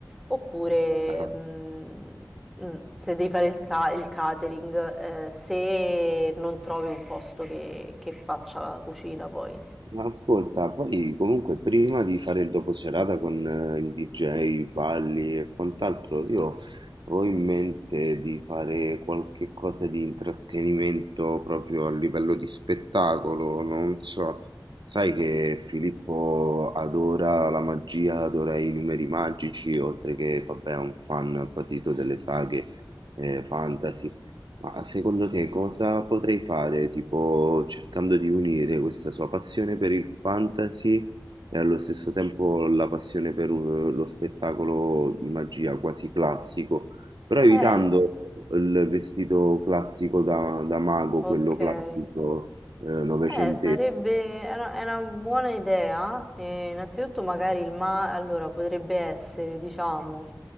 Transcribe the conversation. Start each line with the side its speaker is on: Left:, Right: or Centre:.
Centre: Oppure,
Right: Ah.
Centre: mhmm, mh, se devi fare il ca il catering, ehm, se non trovi un posto che che faccia la cucina poi.
Right: Ma ascolta, poi comunque prima di fare il doposerata con eh, il DJ, Valli e quant'altro, io avevo in mente di fare qualche cosa di intrattenimento proprio a livello di spettacolo, non so, sai che Filippo adora la magia, adora i numeri magici, oltre che, vabbè, è un fan patito delle saghe eh, fantasy. Ma secondo te cosa potrei fare, tipo cercando di unire questa sua passione per il fantasy e allo stesso tempo la passione per eh, lo spettacolo di magia quasi classico, però evitando
Centre: Eh,
Right: il vestito classico da, da mago,
Centre: okay.
Right: quello classico eh, novecentesco.
Centre: Eh, sarebbe è una, è una buona idea. eh, innanzitutto magari il ma allora potrebbe essere, diciamo,